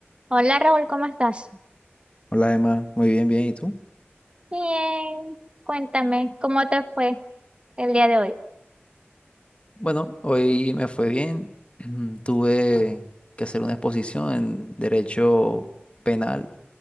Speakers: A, on the right; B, on the left.
A: Hola Raúl, ¿cómo estás?
B: Hola Emma, muy bien, bien. ¿Y tú?
A: Bien, cuéntame, ¿cómo te fue el día de hoy?
B: Bueno, hoy me fue bien. <clears throat> Tuve que hacer una exposición en derecho penal.